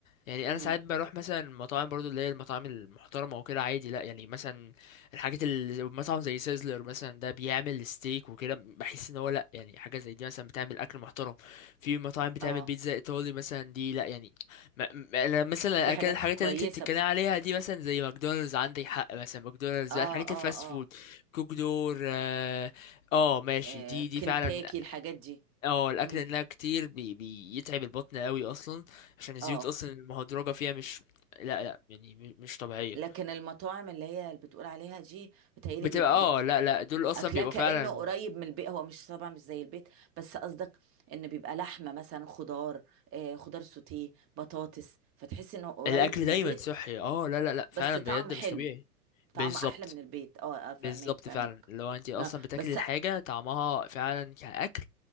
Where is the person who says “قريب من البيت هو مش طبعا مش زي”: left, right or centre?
Right